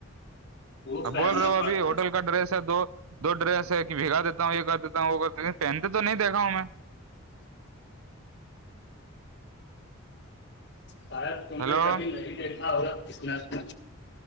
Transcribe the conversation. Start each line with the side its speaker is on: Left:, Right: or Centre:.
Left: وہ
Right: اب
Left: پہننا
Right: بول رہے ہو ابھی
Left: پڑتا
Right: ہوٹل
Left: ہے
Right: کا ڈریس ہے دو دو ڈریس ہے کہ بھگا دیتا ہوں یہ کر دیتا ہوں وہ کر دیتے ہ پہنتے تو نہیں دیکھا ہوں میں
Left: شاید تم
Right: ہیلو
Left: نے کبھی نہیں دیکھا ہوگا اتنانا